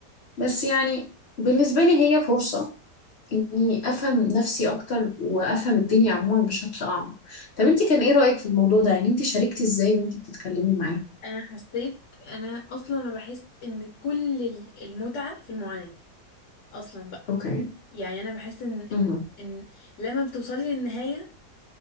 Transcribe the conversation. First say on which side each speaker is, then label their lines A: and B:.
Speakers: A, on the left (about 55°); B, on the left (about 80°).
A: بس يعني بالنسبة لي هي فرصة اني افهم نفسي اكتر وافهم الدنيا عموما بشكل اعمق طب انت كان ايه رايك في الموضوع ده يعني انت شاركتي ازاي وانت بتتكلمي معاهم
B: انا حسيت انا اصلا ما بحس ان كل ال- المتعة في المعاناة اصلا بقى
A: اوكي
B: يعني انا بحس ان ان
A: اها
B: ان لما بتوصلي للنهاية